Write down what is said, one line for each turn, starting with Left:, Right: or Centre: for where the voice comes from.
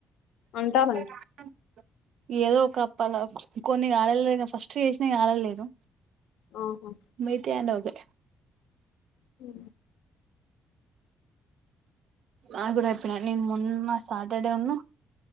Left: అంటానాయ్
Right: అ ఏదో ఒక అప్పాల కొన్ని రాలలే ఫస్ట్ చేసినా ఆలలేదు
Left: ఆహా
Right: మితై అన్ని ఒకే
Left: ఉ
Right: ఆ గుడ చెప్పిన నిన్ మొన్న సాటర్డే ఉన్న